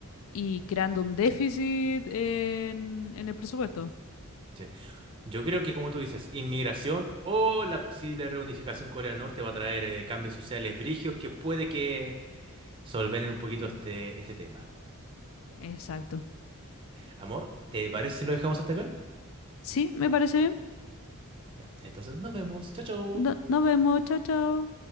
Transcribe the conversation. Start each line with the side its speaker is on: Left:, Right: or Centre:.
Left: y creando un déficit en, en el presupuesto.
Right: sí. Yo creo que, como tú dices, inmigración o la posible reunificación Corea del Norte va a traer eh, cambios sociales brigios que puede que solvenen un poquito este, este tema.
Left: Exacto.
Right: Amor, ¿te parece si lo dejamos hasta acá?
Left: Sí, me parece bien.
Right: Ya, entonces nos vemos. Chao, chao.
Left: No- nos vemos, chao, chao.